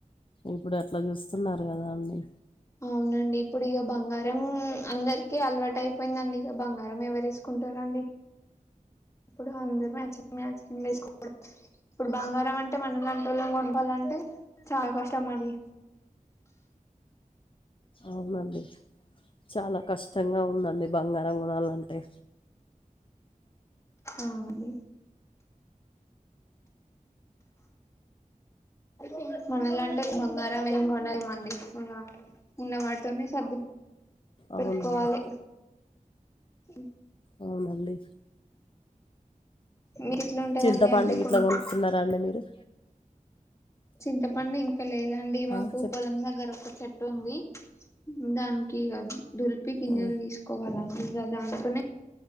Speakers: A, on the left (about 40°); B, on the left (about 20°).
A: ఇప్పుడు అట్లా చూస్తున్నారు కదా అండి
B: అవునండి ఇప్పుడు ఇగ బంగారం అందరికి అలవాటు అయిపోయిందండి, ఇక బంగారం ఎవరు వేసుకుంటారండి ఇప్ ఇప్పుడు అందరు మ్యాచింగ్ మ్యాచింగ్ వేసుకోవ ఇప్పుడు బంగారం అంటే మన లాంటి వాళ్ళం కొనపాలంటే చాలా కష్టం మరి
A: అవునండి చాలా కష్టంగా ఉందండి బంగారం కొనాలంటే
B: ఔని ఉ మనలాంటోళ్ళు బంగారం ఏం కొన్నాలేం అండి ఇంకా ఉన్న వాటితోనే సర్ది పెట్టుకోవాలి
A: అవునండి
B: క
A: అవునండి
B: మీకు ఎట్లా ఉంటదండి
A: చింతపండు
B: అంటే
A: గిట్లా
B: కొనుక్కో
A: కొనుక్కున్నారా అండి మీరు
B: చింతపండు ఇన్ లేదండి మాకు
A: ఆ చెప్
B: పొలం దగ్గర ఒక చెట్ తుంది దానికి కాదు దుల్పి గింజలు
A: ఓ,
B: తీసుకోవాల ఇంకా దాన్ తూనే